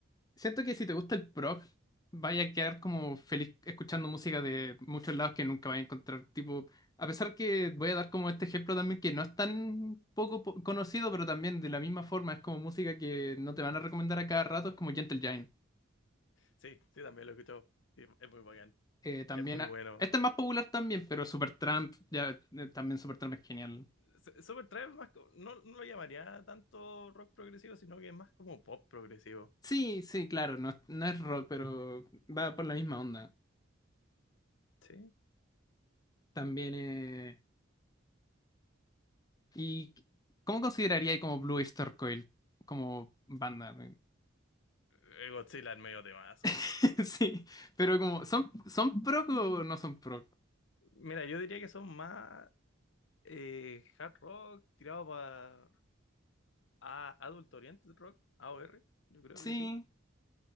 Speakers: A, on the left; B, on the left.
A: Siento que si te gusta el prog, vaya a quedar como feliz escuchando música de muchos lados que nunca vas a encontrar. Tipo, a pesar que voy a dar como este ejemplo también que no es tan poco po- conocido, pero también de la misma forma es como música que no te van a recomendar a cada rato, es como Gentle Giant.
B: Sí, sí, también lo he escuchado. Sí, es muy bacán.
A: Eh, también,
B: Es muy
A: a-
B: bueno.
A: este es más popular también, pero Supertramp, ya, eh, también Supertramp es genial.
B: S- Supertramp es más, co- no, no lo llamaría tanto rock progresivo, sino que es más como pop progresivo.
A: Sí, sí, claro, no, no es rock, pero va por la misma onda.
B: Sí.
A: También, eh, ¿Y cómo consideraría como Blue Oyster Coil como banda? ¿No?
B: Eh, Godzilla es medio temazo.
A: <laughs> Sí, pero como son son prog o no son prog?
B: <laughs> Mira, yo diría que son más eh, hard rock tirado para a Adult Oriented Rock, A O R. Yo creo
A: Sí,
B: que sí.